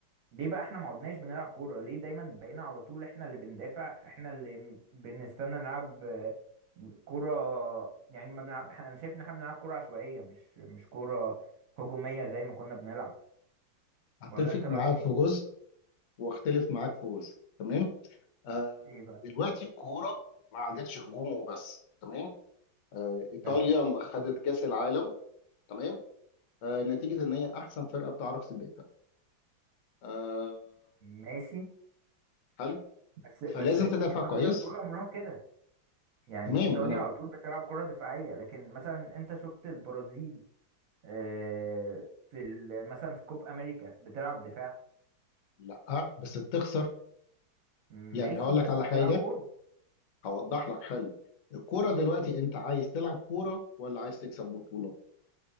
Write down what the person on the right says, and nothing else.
ليه بقى احنا ما عدناش بنلعب كورة ليه دايما بقينا على طول احنا اللي بندافع احنا اللي م- بنستنى نلعب آه، كورة يعني ما بنلعب انا شايف ان احنا بنلعب كورة عشوائية مش مش كورة هجومية زي ما كنا بنلعب
ولا انت رأيك
ايه
ايه بقى
تمام
ماشي
بس بس
ايطاليا
طول عمرها كده يعني
ايطاليا
على طول بتلعب كرة دفاعية لكن مثلا انت شفت البرازيل آه، في ال- مثلا في كوب امريكا بتلعب دفاع
ماشي
بس
بتلعب
كورة